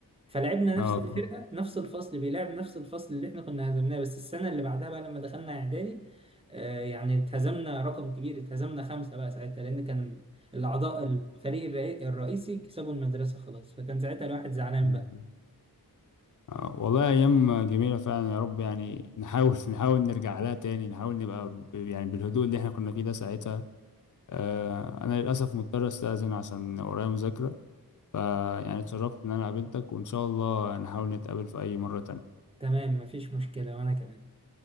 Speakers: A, on the right; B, on the left.
A: فلعبنا
B: اه
A: نفس الفرقه
B: ف-
A: نفس الفصل بيلعب نفس الفصل اللي احنا كنا هزمناه بس السنه اللي بعدها بقى لما دخلنا اعدادي آه، يعني اتهزمنا رقم كبير اتهزمنا خمسه بقى ساعتها لان كان الاعضاء الفريق الرئي- الرئيسي كسبوا المدرسه خلاص فكان ساعتها الواحد زعلان
B: آه.
A: بقى
B: آه، والله أيام جميلة فعلا يا رب يعني نحاول <laughs> نحاول نرجع لها تاني نحاول نبقى ب- يعني بالهدوء اللي احنا كنا فيه ده ساعتها آه، أنا للأسف مضطر أستأذن عشان ورايا مذاكرة فيعني اتشرفت إن أنا قابلتك وإن شاء الله نحاول نتقابل في أي مرة تانية
A: تمام مفيش مشكله وانا كمان